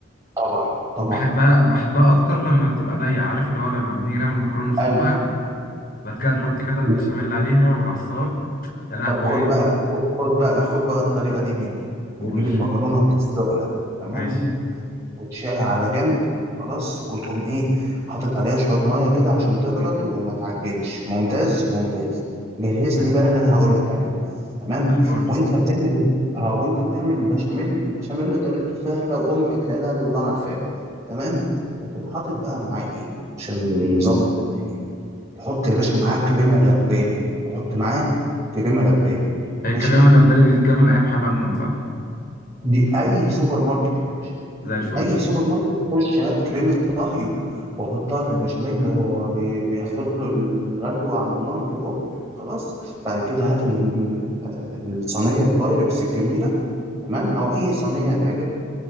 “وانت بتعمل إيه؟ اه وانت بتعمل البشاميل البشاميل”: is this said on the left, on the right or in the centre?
Right